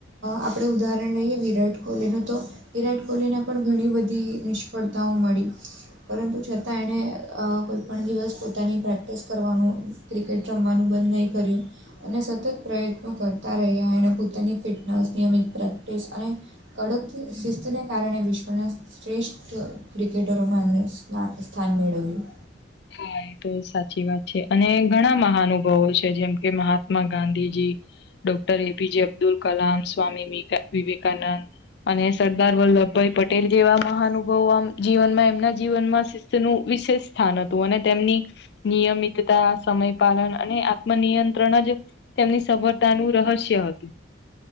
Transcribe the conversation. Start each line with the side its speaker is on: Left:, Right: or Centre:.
Right: આપણે ઉદાહરણ લઈએ વિરાટ કોહલીનું. તો વિરાટ કોહલીને પણ ઘણી બધી નિષ્ફળતાઓ મળી. પરંતુ છતાં એણે કોઈપણ દિવસ પોતાની પ્રેક્ટિસ કરવાનું. ક્રિકેટ રમવાનું બંધ નહીં કર્યું. અને સતત પ્રયત્નો કરતા રહ્યા એણે પોતાની ફિટનેસ નિયમિત પ્રેક્ટિસ અને કડક શિસ્તને કારણે વિશ્વના શ્રેષ્ઠ ક્રિકેટરોમાં એમણે સ્ સ્થાન મેળવ્યું.
Left: હા એ તો સાચી વાત છે અને ઘણા મહાનુભાવો છે જેમ કે મહાત્મા ગાંધીજીી. Doctor APJ Abdul Kalam Swami Vivekananda. અને સરદાર વલ્લભભાઈ પટેલ જેવા મહાનુભાવો જીવનમાં એમના જીવનમાં. તેનું વિશેષ સ્થાન હતું અને તેમની નિયમિતતા સમય પાલન અને આત્મનિયંત્રણ જ તેમની સગવડતાનું રહસ્ય હતું.